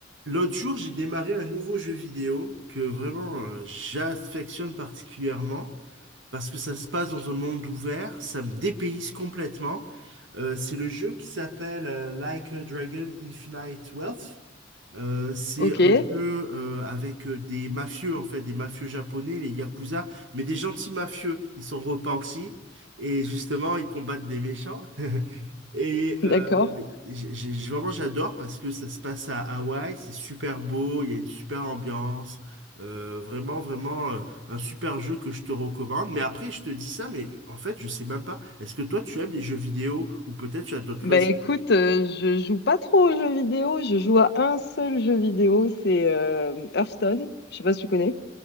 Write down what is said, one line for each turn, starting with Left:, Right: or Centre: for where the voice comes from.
Right: L'autre jour, j'ai démarré un nouveau jeu vidéo que vraiment euh, j'affectionne particulièrement parce que ça se passe dans un monde ouvert, ça me dépayse complètement. Euh, c'est le jeu qui s'appelle euh, Like a Dragon Infinite Wealth. Euh, c'est
Left: Ok,
Right: un jeu
Left: <laughs>
Right: euh, avec euh, des mafieux, en fait, des mafieux japonais, les Yakuza, mais des gentils mafieux. Ils sont repentis et justement, ils combattent des méchants. <laughs> Et
Left: d'accord.
Right: euh, j'ai, j'ai- vraiment, j'adore parce que ça se passe à Hawaï, c'est super beau, il y a une super ambiance. Euh, vraiment, vraiment, euh, un super jeu que je te recommande. Mais après, je te dis ça, mais en fait, je sais même pas. Est-ce que toi, tu aimes les jeux vidéo ou peut-être tu as d'autres
Left: Bah
Right: loisirs?
Left: écoute, euh, je joue pas trop aux jeux vidéo, je joue à un seul jeu vidéo, c'est euh, Hearthstone, je sais pas si tu connais.